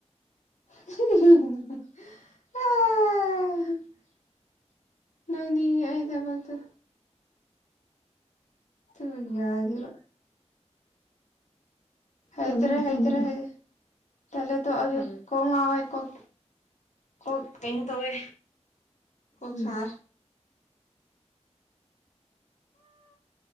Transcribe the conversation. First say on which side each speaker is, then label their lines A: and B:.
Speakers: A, on the left; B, on the left.
A: <unintelligible> ꯅꯪꯅꯤ ꯑꯩ ꯊꯕꯛꯇꯨ <unintelligible> ꯌꯥꯒꯤꯔꯣꯏ ꯍꯩꯇ꯭ꯔꯦ
B: ꯇꯝꯃꯣ
A: ꯍꯩꯇ꯭ꯔꯦ
B: ꯇꯝꯃꯣ
A: ꯍꯥꯏ ꯇꯂꯦ ꯇꯣꯛꯑꯒꯦ
B: ꯇꯝ
A: ꯀꯣꯛ ꯉꯥꯎꯋꯦ ꯀꯣꯛ ꯀꯣꯛ ꯀꯩꯅꯣ ꯇꯧꯋꯦ ꯀꯣꯛ
B: ꯎꯝ
A: ꯁꯥꯢ